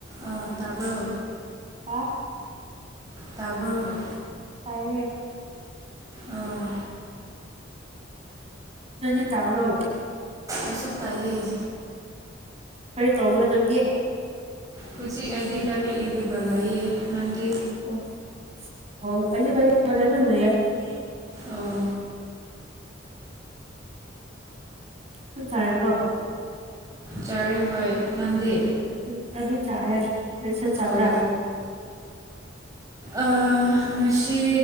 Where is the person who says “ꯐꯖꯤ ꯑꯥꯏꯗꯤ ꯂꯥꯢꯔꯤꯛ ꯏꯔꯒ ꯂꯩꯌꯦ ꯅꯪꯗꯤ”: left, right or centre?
Right